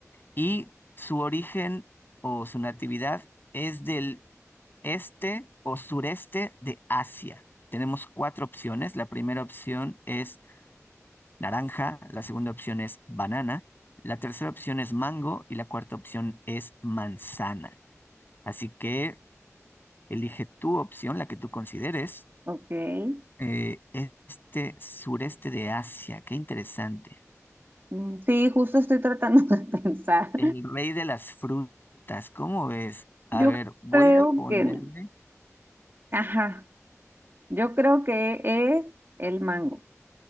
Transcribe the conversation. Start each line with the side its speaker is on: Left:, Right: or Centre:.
Left: y su origen o su natividad es del este o sureste de Asia? Tenemos cuatro opciones. La primera opción es naranja, la segunda opción es banana, la tercera opción es mango y la cuarta opción es manzana. Así que elige tu opción, la que tú consideres.
Right: Ok.
Left: Eh, este sureste de Asia, qué interesante.
Right: Mm, Sí, justo estoy tratando <laughs> de pensar.
Left: El rey de las frutas, ¿cómo ves? A
Right: Yo
Left: ver, voy
Right: creo
Left: a ponerle.
Right: que, ajá, yo creo que es el mango.